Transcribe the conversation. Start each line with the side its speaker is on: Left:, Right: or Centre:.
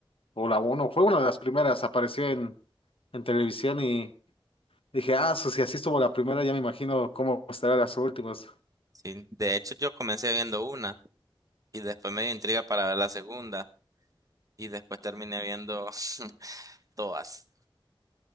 Left: o la uno, fue una de las primeras, apareció en, en televisión y dije, ah, so, si así estuvo la primera, ya me imagino cómo estará las últimas.
Right: sí. De hecho, yo comencé viendo una y después me dio intriga para ver la segunda y después terminé viendo <laughs> todas.